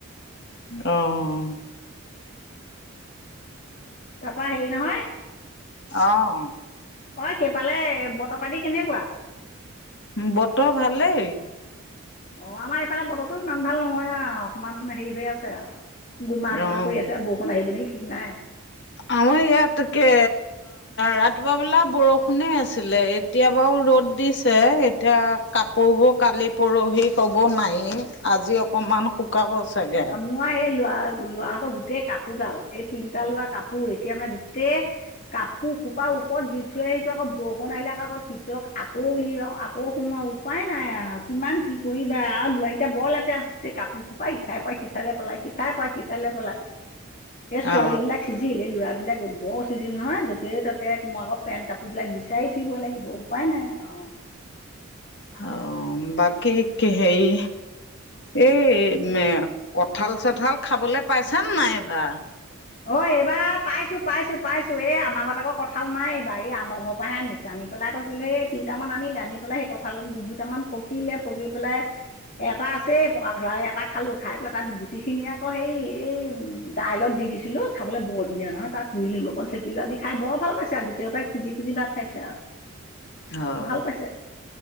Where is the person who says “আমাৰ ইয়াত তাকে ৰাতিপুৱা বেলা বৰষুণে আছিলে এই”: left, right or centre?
Left